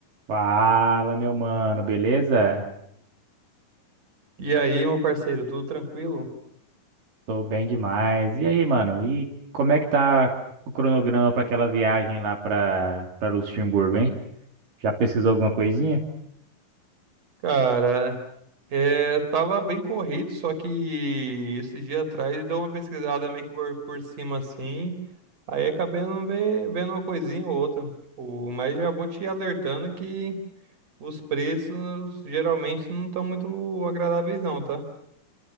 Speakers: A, on the right; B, on the right.
A: Fala, meu mano, beleza?
B: E aí, meu parceiro, tudo tranquilo?
A: Tô bem demais. E aí, mano? E como é que tá o cronograma pra aquela viagem lá pra para Luxemburgo, hein? Já pesquisou alguma coisinha?
B: Cara, é, tava bem corrido, só que esse dia atrás deu uma pesquisada meio que por, por cima assim, aí acabei não ve- vendo uma coisinha ou outra, tipo, mas já vou te alertando que os preços geralmente não estão muito agradáveis não, tá?